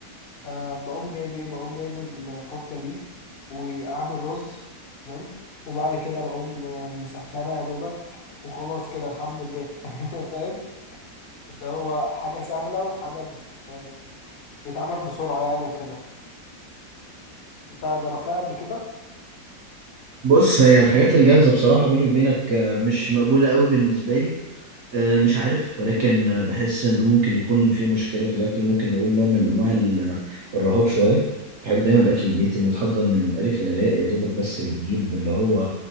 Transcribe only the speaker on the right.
بص هي الحاجات الجاهزة بصراحة بيني وبينك آه، مش مقبولة قوي بالنسبة لي آه، مش عارف ولكن آه، بحس ان ممكن يكون في مشكله في الاكل ممكن نقول نوع من انواع ال- الرهاب شويه بحب دايما الاكل البيتي المتحضر من الالف للياء يا دوبك بس بتجيب اللي هو